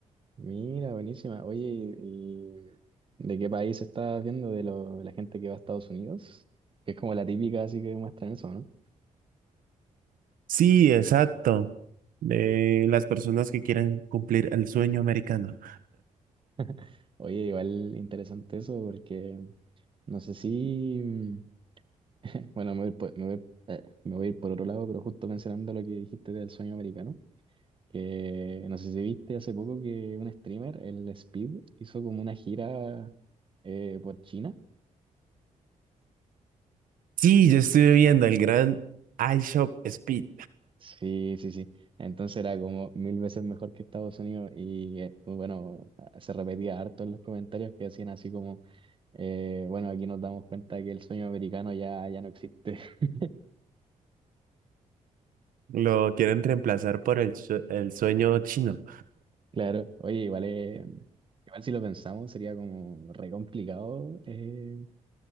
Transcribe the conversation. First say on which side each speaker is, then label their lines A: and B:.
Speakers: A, on the right (about 40°); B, on the right (about 85°).
A: Mira, buenísima. Oye, ¿y de qué país estás viendo? ¿De lo- la gente que va a Estados Unidos? Que es como la típica, así que muestran eso, ¿no?
B: Sí, exacto. De las personas que quieren cumplir el sueño americano.
A: <laughs> Oye, igual interesante eso porque no sé si... mm, Bueno, me voy por, me voy- eh, me voy a ir por otro lado, pero justo mencionando lo que dijiste del sueño americano. Que no sé si viste hace poco que un streamer, el Speed, hizo como una gira eh, por China.
B: Sí, yo estuve viendo el gran iShop Speed.
A: Sí, sí, sí. Entonces era como mil veces mejor que Estados Unidos y eh, pues bueno, a- se repetía harto en los comentarios que hacían así como, eh, bueno, aquí nos damos cuenta que el sueño americano ya, ya no existe. <laughs>
B: Lo quieren reemplazar por el, sue- el sueño chino.
A: Claro, oye, igual, eh, igual si lo pensamos sería como re complicado eh,